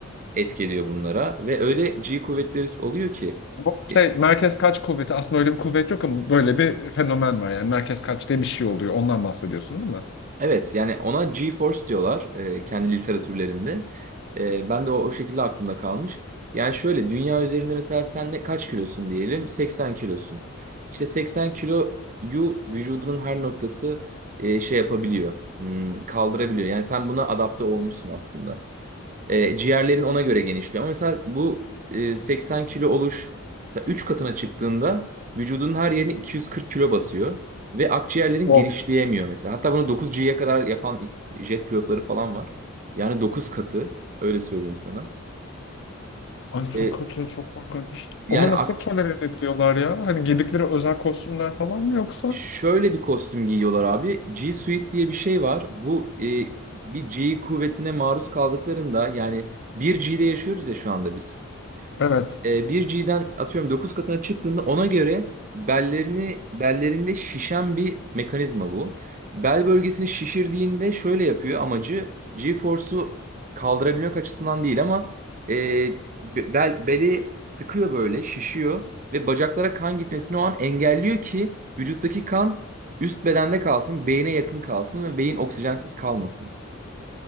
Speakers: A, on the right; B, on the left.
A: etki ediyor bunlara. Ve öyle G kuvvetleri oluyor ki.
B: Bu
A: e,
B: şey merkez kaç kuvveti aslında öyle bir kuvvet yok ama böyle bir fenomen var. Yani merkez kaç diye bir şey oluyor. Ondan bahsediyorsun değil mi?
A: Evet yani ona GeForce diyorlar e, kendi literatürlerinde. E, ben de o, o şekilde aklımda kalmış. Yani şöyle dünya üzerinde mesela sen ne kaç kilosun diyelim? 80 kilosun. İşte 80 kiloyu vücudunun her noktası e, şey yapabiliyor. Hmm, kaldırabiliyor. Yani sen buna adapte olmuşsun aslında. E, ciğerlerin ona göre genişliyor. Ama mesela bu e, 80 kilo oluş 3 katına çıktığında vücudunun her yerini 240 kilo basıyor. Ve akciğerlerin
B: Of.
A: genişleyemiyor mesela. Hatta bunu 9G'ye kadar yapan jet pilotları falan var. Yani 9 katı öyle söyleyeyim sana.
B: Ay çok
A: E,
B: kötü, çok korkunç.
A: yani
B: Onu nasıl
A: ak-
B: tolere edebiliyorlar ya? Hani giydikleri özel kostümler falan mı yoksa?
A: şöyle bir kostüm giyiyorlar abi. G Suite diye bir şey var. Bu e, bir G kuvvetine maruz kaldıklarında yani bir gde yaşıyoruz ya şu anda biz.
B: Evet.
A: e, 1G'den atıyorum 9 katına çıktığında ona göre bellerini bellerinde şişen bir mekanizma bu. Bel bölgesini şişirdiğinde şöyle yapıyor amacı G-force'u kaldırabilmek açısından değil ama e, be- bel, beli sıkıyor böyle şişiyor ve bacaklara kan gitmesini o an engelliyor ki vücuttaki kan üst bedende kalsın, beyine yakın kalsın ve beyin oksijensiz kalmasın.